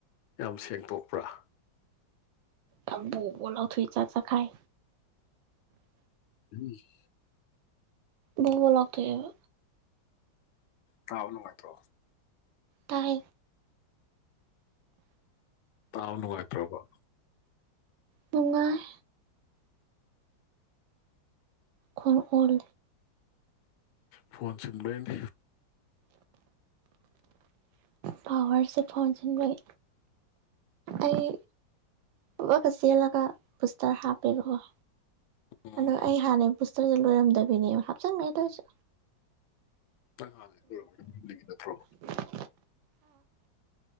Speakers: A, on the left; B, on the right.
A: ꯌꯥꯝ ꯁꯦꯡꯇꯣꯛꯄ꯭ꯔꯥ
B: ꯁꯝꯄꯨ ꯀꯣꯂꯥꯎꯊꯣꯏ ꯆꯥ ꯆꯈꯥꯏ
A: ꯅꯪꯉꯦ
B: ꯕꯨꯕꯣ ꯂꯥꯎꯊ‌ꯣꯑꯦꯕ
A: ꯇꯥꯕ ꯅꯨꯡꯉꯥꯏꯇ꯭ꯔꯣ
B: ꯇꯥꯏ
A: ꯇꯥꯕ ꯅꯨꯡꯉꯥꯏꯇ꯭ꯔꯕ‌ꯣ
B: ꯅꯨꯉꯥꯏ ꯈ‌ꯣꯟ ꯑꯣꯜ
A: ꯐꯣꯟ ꯁꯤꯟꯕꯩꯅꯤ
B: ꯄꯋꯥꯔꯁꯦ ꯐ‌ꯣꯟ ꯁꯤꯟꯕꯩ ꯑꯩ ꯄꯨꯕꯠꯀ ꯆꯦꯜꯂꯒ ꯕꯨꯁꯇꯔ ꯍꯥꯞꯄꯤꯔ‌ꯣꯑꯣ
A: ꯎꯝ
B: ꯑꯗꯣ ꯑꯩ ꯍꯥꯟꯅꯩ ꯕꯨꯁꯇꯔꯖ‌ꯦ ꯂꯣꯏꯔꯝꯗꯕꯤꯅꯦꯕ ꯍꯥꯞꯆꯤꯟꯒ꯭ꯔ‌ꯦ ꯗ‌ꯣꯏꯁꯨ
A: ꯅꯪ ꯍꯥꯟ <unintelligible> ꯅꯠꯇ꯭ꯔꯣ
B: ꯍ <unintelligible>